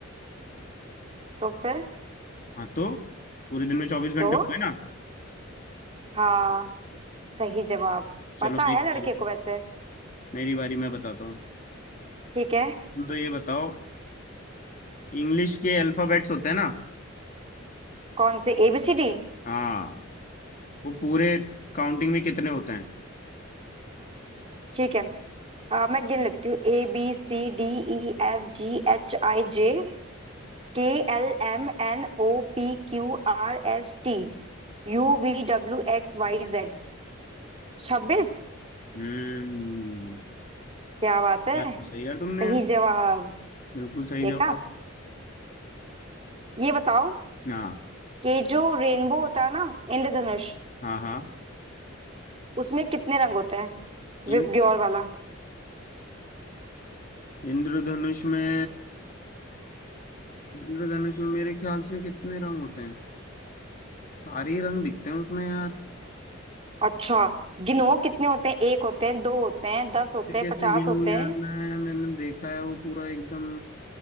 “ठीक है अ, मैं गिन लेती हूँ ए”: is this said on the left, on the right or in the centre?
Right